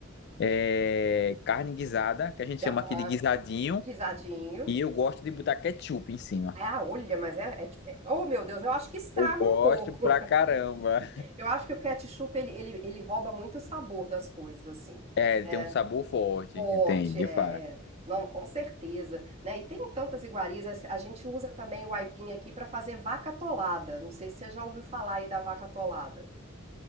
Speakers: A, on the left; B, on the right.
A: é, carne guisada, que a gente
B: Ah,
A: chama aqui de guisadinho,
B: guisadinho.
A: e eu gosto de botar ketchup em cima.
B: Ah, olha, mas é, é diferente. Oh, meu Deus, eu acho que estraga
A: Eu gosto
B: um pouco.
A: pra caramba.
B: Eu acho que o ketchup ele, ele, ele rouba muito o sabor das coisas, assim,
A: É, ele
B: né?
A: tem um sabor forte,
B: Forte,
A: tem, de
B: é.
A: fato.
B: é. Não, com certeza, né? E tem tantas iguarias. A a gente usa também o aipim aqui para fazer vaca atolada. Não sei se você já ouviu falar aí da vaca atolada.